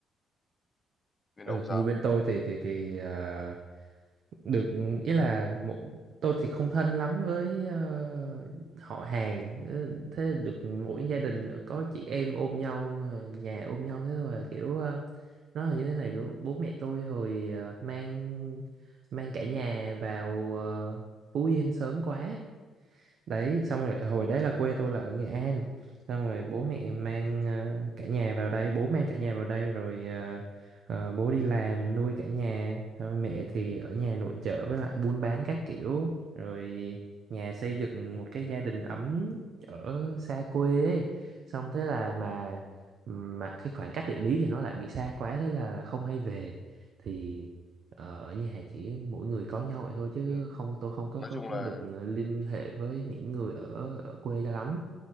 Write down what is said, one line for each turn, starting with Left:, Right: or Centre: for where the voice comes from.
Left: bên
Right: ừ
Left: ông sao
Right: như bên tôi thì thì thì ờ, được ý là một tôi thì không thân lắm với ờ, họ hàng Ừ, thế được mỗi gia đình có chị em ôm nhau ờ, nhà ôm nhau thế thôi là kiểu ờ, nó là như thế này kiểu bố mẹ tôi hồi ờ, mang mang cả nhà vào ờ, Phú Yên sớm quá đấy xong rồi hồi đấy là quê tôi là ở Nghệ An xong rồi bố mẹ mang ờ, cả nhà vào đây bố mang cả nhà vào đây rồi ờ, ờ, bố đi làm nuôi cả nhà rồi mẹ thì ở nhà nội trợ với lại buôn bán các kiểu rồi nhà xây dựng một cái gia đình ấm ở xa quê ấy. xong thế là mà mà cái khoảng cách địa lý thì nó lại bị xa quá thế là không hay về thì Ờ, ở nhà chỉ mỗi người có nhau vậy thôi chứ
Left: ừ.
Right: không tôi không có
Left: nói
Right: có
Left: chung
Right: có
Left: là
Right: được ờ, liên hệ với những người ở ở quê cho lắm